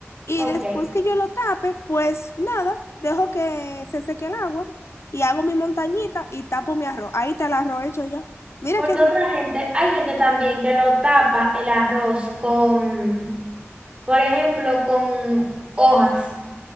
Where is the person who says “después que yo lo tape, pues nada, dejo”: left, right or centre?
Left